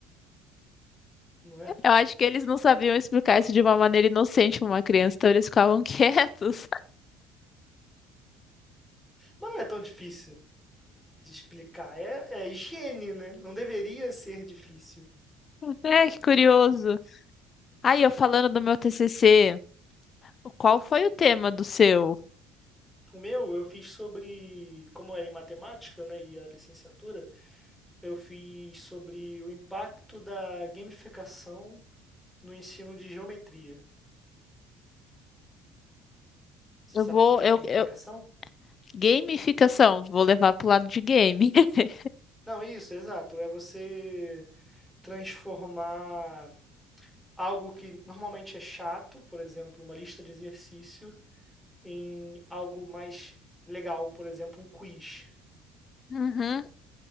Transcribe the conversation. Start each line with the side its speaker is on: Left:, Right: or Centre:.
Centre: não é?
Left: Eu acho que eles não sabiam explicar isso de uma maneira inocente para uma criança, então eles ficavam <laughs> quietos.
Centre: Mas não é tão difícil de explicar. É, é higiene, né? Não deveria ser difícil.
Left: É, que curioso. Aí eu falando do meu TCC, qual foi o tema do seu?
Centre: O meu eu fiz sobre, como era em matemática, né, e era licenciatura, eu fiz sobre o impacto da gamificação no ensino de geometria. Você
Left: Eu
Centre: sabe
Left: vou,
Centre: o que que é
Left: eu,
Centre: gamificação?
Left: eu, gamificação, vou levar pro lado de game. <laughs>
Centre: Não, isso, exato. É você transformar algo que normalmente é chato, por exemplo, uma lista de exercício, em algo mais legal, por exemplo, um quiz.
Left: Uhum.